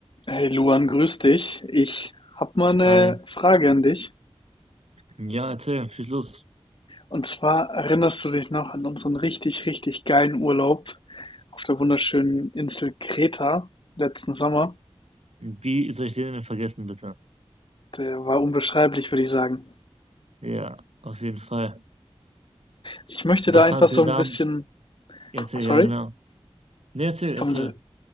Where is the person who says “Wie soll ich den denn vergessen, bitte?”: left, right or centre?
Right